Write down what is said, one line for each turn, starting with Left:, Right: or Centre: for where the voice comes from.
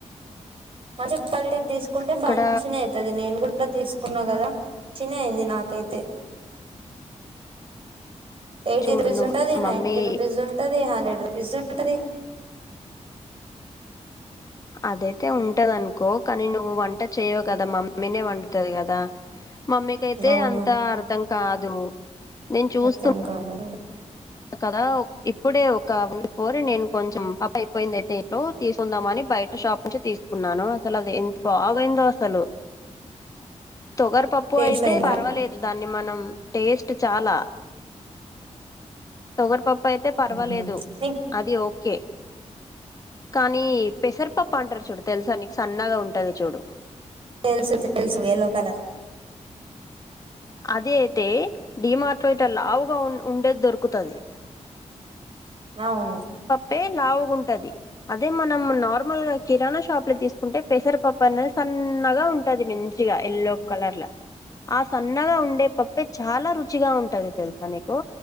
Right: మంచి క్వాలిటీది తీసుకుంటే
Left: ఇక్కడ
Right: మంచిిన అవుతుంది నేను కూడా తీసుకున్న కదా చి అయింది నాకైతే ఎయిటీ
Left: చూడు
Right: రుపీస్
Left: నువ్వు
Right: ఉంటది నైన్ంటి
Left: మమ్మీ
Right: రుపీస్ ఉంటది హండ్రెడ్ పిజ్జా ఉంటంది
Left: అదైతే ఉంటదనుకో కానీ నువ్వు నువ్ వంట చేయ్యవు కదా మమ్మీనే వంట కర్రీ కదా మమ్మీకియితే
Right: అవును
Left: అంత అర్థం కాదు నేను చూస్తా
Right: అర్థం కాదు
Left: కదా ఇప్పుడే ఒక ఉండు ఫోర్ నేను కొంచెం పప్పు అయిపోయింది అయితే ఇంట్లో తీసుకుందామని బయట షాప్ నుంచి తీసుకున్నాను అసలు అది ఎంత బాగుయిందో అసలు తొగర పప్పు
Right: టేస్ట్
Left: అయితే
Right: అయిందా
Left: పర్వాలేదు దాన్ని మనం టేస్ట్ చాలా తోగరి పప్పు అప్పు అయితే పర్వాలేదు
Right: మ్మ్. నీకు
Left: అది ఓకే కానీ పెసరపప్పు అంటారు చూడు తెలుసా నీకు సన్నగా ఉంటది చూడు
Right: తెలుసు తెలుసు యల్లో కలర్
Left: అది అయితే డిమార్టవేటర్ లావుగా ఉండేది దొరుకుతుంది
Right: అవును
Left: పూ లావుగాంటది అదే మనం నార్మల్ గా కిరాణా షాప్ లో తీసుకుంటే పెసర్ పప్పు అనేది సన్నగా ఉంటది మంచిగా ఎల్లో కలర్ల ఆ సన్నగా ఉండే పప్పే చాలా రుచిగా ఉంటది తెలుసా నీకు